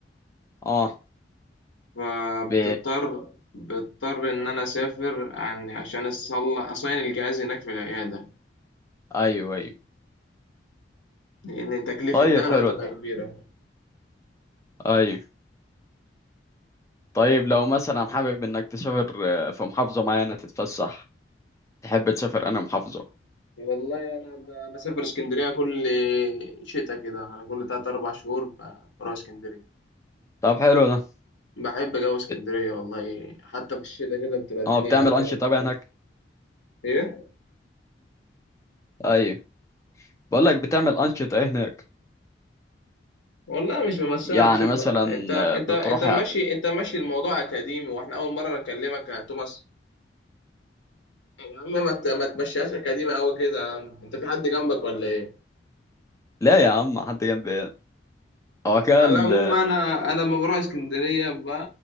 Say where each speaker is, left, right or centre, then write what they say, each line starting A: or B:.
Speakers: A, on the left; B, on the left.
A: اه
B: فبتضطر
A: ب...
B: بضطر ان انا اسافر عن عشان اصلح اصين الجهاز هناك في العيادة
A: ايوه ايوه
B: لان تكلفة
A: طيب
B: نقله
A: حلو
B: هتبقى
A: ده
B: كبيرة
A: ايوه طيب لو مثلا حابب انك تسافر آه، في محافظة معينة تتفسح تحب تسافر انا محافظة
B: والله انا ب- بسافر اسكندريه كل شتاء كده انا كل تلات اربع شهور ب- بروح اسكندريه
A: طب حلو ده
B: بحب جو اسكندريه
A: بت-
B: والله حتى في الشتاء كده بتبقى الدنيا
A: اه بتعمل
B: هاديه
A: انشطة
B: وبتاع
A: بقى هناك
B: ايه
A: ايوه بقول لك بتعمل انشطة ايه هناك
B: والله مش بمثلها
A: يعني
B: انشطه
A: مثلا
B: انت انت
A: آه، بتروح
B: انت ماشي انت ماشي الموضوع اكاديمي واحنا اول مره نكلمك يا توماس يا عم ما ت- ما تمشيهاش اكاديمي قوي كده يا عم انت في حد جنبك ولا ايه
A: لا يا عم حد جنب ايه هو كده
B: على
A: ال-
B: العموم انا انا لما بروح اسكندريه ب...